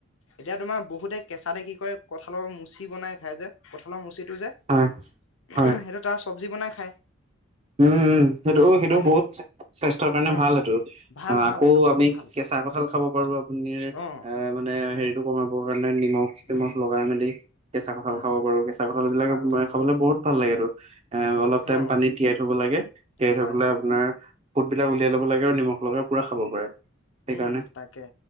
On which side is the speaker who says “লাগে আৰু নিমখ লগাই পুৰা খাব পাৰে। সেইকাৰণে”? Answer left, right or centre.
Right